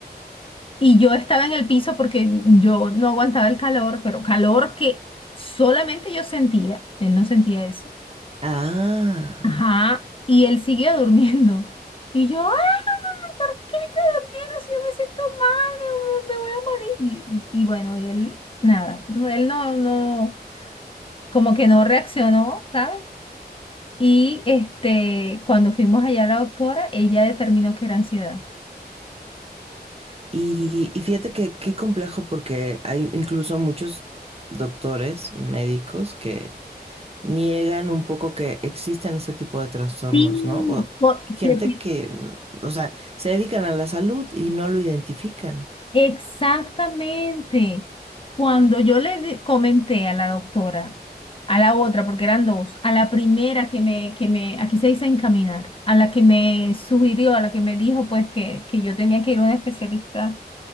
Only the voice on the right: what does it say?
Ah.
Y, y fíjate que qué complejo porque hay incluso muchos doctores, médicos que niegan un poco que existen ese tipo de trastornos,
¿no? O
gente que, o sea, se dedican a la salud y no lo identifican.